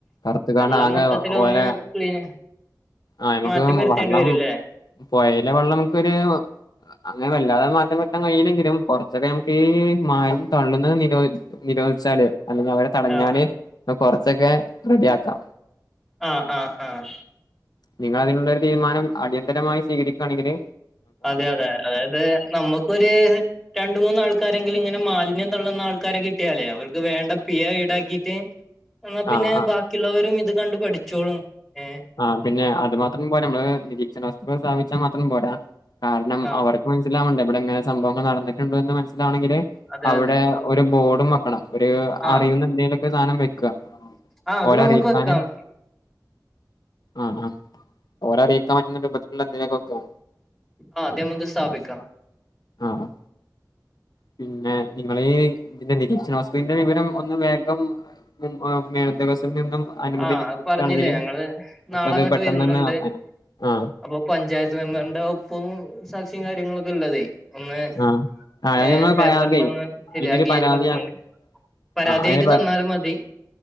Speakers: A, on the left (about 65°); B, in the centre.
A: കറുത്ത്കാണ്ട്
B: വെള്ളം
A: ആകെ
B: മൊത്തത്തിലൊന്ന്
A: ഓല
B: ക്ലീൻ
A: ആഹ് നമുക്ക്
B: മാറ്റം വരുത്തേണ്ടി
A: വെള്ളം
B: വരുംല്ലേ
A: പൊയീലെ വെള്ളം നമുക്കൊര്. അങ്ങനെ വല്ലാതെ മാറ്റം വര്ത്താൻ കഴിയില്ലെങ്കിലും. കൊറച്ചൊക്കെ നമുക്ക് ഈ മാലി തള്ളുന്ന നിരോധി നിരോധിച്ചാല് അല്ലെങ്കിൽ അവരെ തടഞ്ഞാല്
B: ആഹ്
A: കൊറച്ചൊക്കെ റെഡിയാക്കാം.
B: ആഹ് ആഹ് ആഹ്
A: നിങ്ങൾ അതിനുള്ളരു തീരുമാനം. അടിയന്തരമായി സ്വീകരിക്കാണെങ്കില്.
B: അതെ അതെ അതായത് നമ്മുക്കൊര്. രണ്ട് മൂന്നാൾക്കാരെങ്കിലും ഇങ്ങനെ മാലിന്യം തള്ളുന്ന ആൾക്കാരെ കിട്ടിയാലേ അവർക്ക് വേണ്ട പിയ ഈടാക്കിയിട്ട്. എന്നാൽ പിന്നെ
A: ആ ആ
B: ബാക്കിയുള്ളവരും ഇത് കണ്ട് പഠിച്ചോളും. ഏഹ്
A: ആ പിന്നെ അത് മാത്രം പോരാ നമ്മള് നിരീക്ഷണ വസ്തുക്കൾ സ്ഥാപിച്ചാൽ മാത്രം പോരാ. കാരണം
B: ആ
A: അവർ മനസ്സിലാവണ്ടേ ഇവടെ ഇങ്ങനെ സംഭവങ്ങൾ നടന്നിട്ട്ണ്ട് എന്ന്. മനസ്സിലാവണെങ്കില്
B: അതെ
A: അവിടെ
B: അതെ
A: ഒരു ബോർഡും മ ണം ഒരു
B: ആ
A: അറിയുന്ന എന്തേലൊക്കെ സാനം വെക്ക
B: ആ അത്
A: ഓലെ
B: നമുക്ക്
A: അറിയിക്കാന്.
B: വെക്കാം
A: ആഹ് ആഹ് ഓര അറിയിക്കാൻ പറ്റ്ന്ന രൂപത്തില എന്തേലൊക്കെ വെക്ക.
B: ആഹ് അദ് നമ്മക്ക് സ്ഥാപിക്കാം.
A: ആഹ് ആഹ് പിന്നെ നിങ്ങള ഈ ഇതിന്റെ നിരീക്ഷണ വസ്തുന്റെ വിവരം ഒന്ന് വേഗം. ഉം മേലുദ്യോഗസ് ൽ നിന്നും അനുമതി
B: ആ
A: ലഭിക്കാണെങ്കിൽ
B: പറഞ്ഞില്ലേ ഞങ്ങള്
A: നക്കത്
B: നാളെ അങ്ങോട്ട്
A: പെട്ടെന്നന്നെ
B: വരുന്നുണ്ട്
A: ആക്ക. ആ
B: അപ്പൊ പഞ്ചായത്ത് മെമ്പറിന്റെ ഒപ്പും സാക്ഷിം കാര്യങ്ങളൊക്കെ ഇല്ലതെ ഒന്ന്
A: ആഹ് ആഹ് അത്
B: ഏഹ്
A: ഞങ്ങള്
B: പേപ്പർലൊന്ന്
A: പരാതി
B: ശരിയാക്കി
A: അതിന്റെ ഒരു പരാതി
B: വെകൊണ്ടിം.
A: ആഹ്
B: പരാതിയായിട്ട്
A: അതിന്റെ പ
B: തന്നാലും മതി.